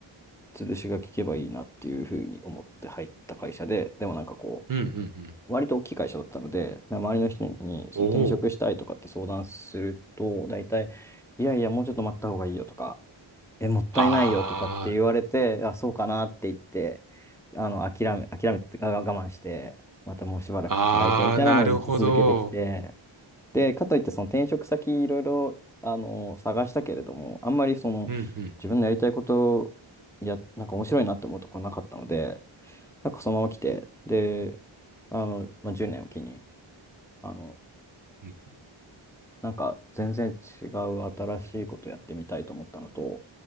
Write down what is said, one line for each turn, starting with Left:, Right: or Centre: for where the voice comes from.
Centre: 潰しが効けばいいなっていうふうに思って入った会社で、でもなんかこ
Right: うん、うん、うん。
Centre: う、割と大きい会社だったので、な周りの人にその転職したいとかって相談すると、
Right: おお。
Centre: 大体、いやいや、もうちょっと待った方がいいよとか、え、もったいないよとかって言われて、
Right: あ
Centre: あ、そうかなって言って、あの、諦め、諦めて、あ我慢して、またもうしばらく働いてみたいなのをずっと続けてきて、
Right: あ、ああ、なるほど。
Centre: で、かといってその転職先いろいろ、あの、探したけれども、あんまりその自分のやりたいことや、
Right: うん、うん
Centre: なんか面白いなって思うとこなかったので、なんかそのまま来て、で、あの、まあ、10年を機に、あの、
Right: うん。
Centre: なんか全然違う新しいことやってみたいと思ったのと、